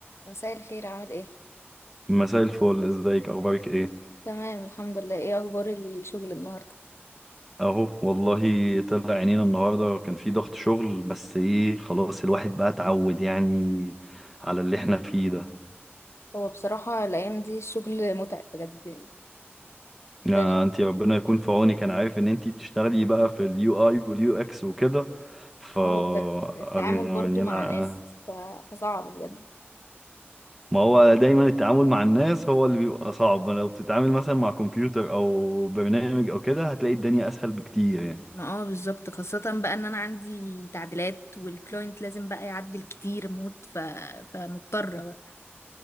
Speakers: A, on the left; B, in the centre.
A: مساء الخير عامل ايه؟
B: مساء الفل ازيك اخبارك ايه
A: تمام الحمد لله ايه اخبار الشغل النهارده؟
B: اهو والله طلع عينينا النهارده كان في ضغط شغل بس ايه خلاص الواحد بقى اتعود يعني على اللي احنا فيه ده
A: هو بصراحة الايام دي الشغل متعب بجد يعني ت-
B: آه انتي ربنا يكون في عونك انا عارف ان انتي بتشتغلي بقى في اليو اي واليو اكس وكده ف
A: هو بجد التعامل
B: يعني
A: برضو مع
B: انا
A: ناس ف... فصعب بجد
B: ما هو دايما التعامل مع الناس هو اللي بيبقى صعب لو بتتعامل مثلا مع كمبيوتر او برنامج او كده هتلاقي الدنيا اسهل بكتير يعني
A: ما اه بالظبط خاصة بقى ان انا عندي تعديلات والكلاينت لازم بقى يعدل كتير موت ف... فمضطرة بقى